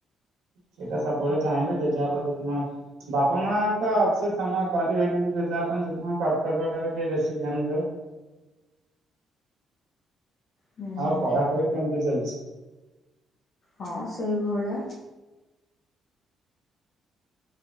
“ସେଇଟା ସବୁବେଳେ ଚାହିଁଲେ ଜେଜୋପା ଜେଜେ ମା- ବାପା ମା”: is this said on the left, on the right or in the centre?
Right